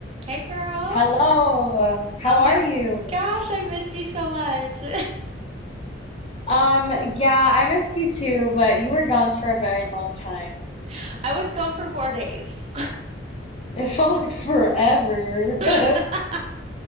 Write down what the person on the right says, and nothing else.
Hey girl.
Oh
my
gosh, I missed you so much.
<laughs> I was gone for four days.
<laughs>